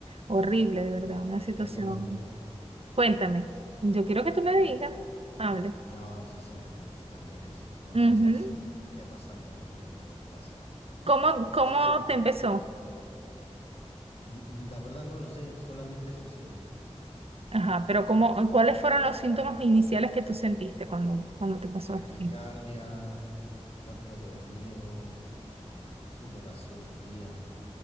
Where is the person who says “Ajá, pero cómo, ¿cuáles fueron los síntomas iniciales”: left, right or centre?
Right